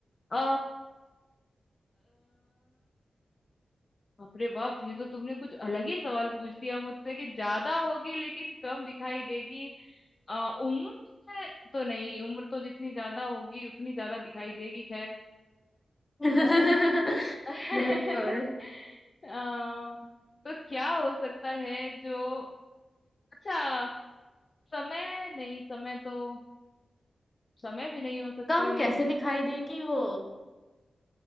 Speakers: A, on the left (about 40°); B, on the left (about 25°).
A: आ, अपने बाप ये तो तुमने कुछ अलग ही सवाल पूछ दिया मुझसे कि ज्यादा होगी लेकिन कम दिखाई देगी आ, उम्र है तो नहीं उम्र तो जितनी ज्यादा होगी उतनी ज्यादा दिखाई देगी खैर
B: <laughs>
A: अम्म, <laughs>
B: बिल्कुल
A: आ, तो क्या हो सकता है जो अच्छा समय नहीं समय तो समय भी नहीं हो सकता
B: कम कैसे
A: है
B: दिखाई देगी वो